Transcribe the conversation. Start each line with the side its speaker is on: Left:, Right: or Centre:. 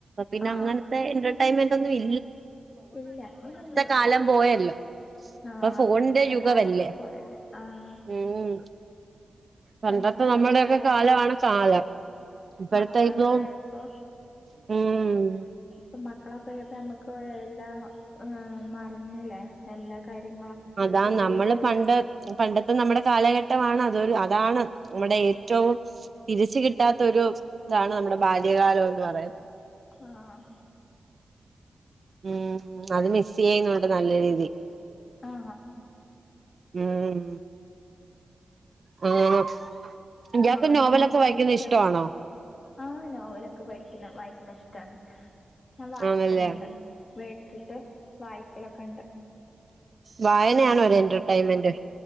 Right: പിന്നെ
Left: ആ
Right: അങ്ങനത്തെ എന്റർട്ടെയ്ൻമെന്റ് ഒന്നും ഇ
Left: ഇല്ല അങ്ങനൊന്നുല്ല.
Right: കാലം പോയല്ലോ
Left: ആഹ്
Right: ഇപ്പൊ ഫോണിന്റെ
Left: പണ്ടത്തെ
Right: യുഗമല്ലേ
Left: കാലൊക്കെ പോയല്ലേ ആഹ്
Right: ഉം
Left: ഇപ്പൊ
Right: പണ്ടത്തെ
Left: മക്കളക്കെ
Right: നമ്മുടെയൊക്കെ
Left: ആയപ്പോ
Right: കാലമാണ് കാലം ഇപ്പോഴത്തെ
Left: മക്കളക്കെ
Right: ഇപ്പൊ
Left: ആയപ്പോ
Right: ഉം
Left: ഇപ്പ മക്കളപ്പയപ്പോ നമ്മക്ക് എല്ലാ മറന്നിലേ എല്ലാ കാര്യങ്ങളൊക്കെ
Right: അതാ
Left: പെരിയിലുള്ള
Right: നമ്മള് പണ്ട് പണ്ടത്തെ നമ്മുടെ കാലഘട്ടമാണ് അതൊരു അതാണ് നമ്മുടെ ഏ റ്റവും തിരിച്ച് കിട്ടാത്ത ഒരു ഇതാണ് നമ്മുടെ ബാല്യകാലം എന്ന് പറയു
Left: ആഹ്
Right: ഉം അത് മിസ്സി യ്യുന്നുണ്ട് നല്ല രീതീ
Left: ആ
Right: ഉം <unintelligible> അങ്ങനെ ഇയാക്ക്
Left: മോന്
Right: നോവലൊക്കെ
Left: പഠിക്ക
Right: വായിക്കുന്നത് ഇഷ്ടമാണോ
Left: ആഹ് നോവലൊക്കെ പഠി ക്കുന്ന വായിക്കുന്ന ഇഷ്ടാണ്. ഞാൻ വായിക്കല്ണ്ട്
Right: ആണല്ലേ
Left: വേടിച്ചിട്ട് വായിക്കലൊക്കെ ഇണ്ട്.
Right: വായനയാണോ
Left: മനോരമ
Right: ഒരു എന്റർടൈൻമെന്റ്